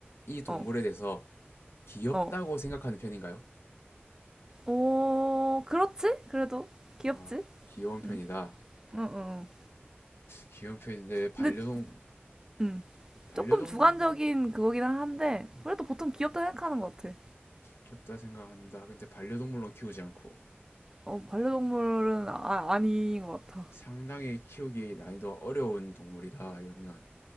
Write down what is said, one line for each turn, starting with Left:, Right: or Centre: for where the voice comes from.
Left: 이 동물에
Right: 어.
Left: 대해서 귀엽다고
Right: 어.
Left: 생각하는 편인가요?
Right: 어, 그렇지? 그래도 귀엽지?
Left: 아 귀여운 편이다.
Right: 응. 어, 어. 어.
Left: 귀여운 편인데 반려동
Right: 근데 음,
Left: 반려동물로
Right: 조금 주관적인 그거긴 한데 그래도 보통 귀엽다 생각하는 것 같아.
Left: 귀엽다 생각한다. 근데 반려동물로 키우지 않고
Right: 어, 반려동물은 아, 아닌 것 같아.
Left: 상당히 키우기 난이도가 어려운 동물이다 이러면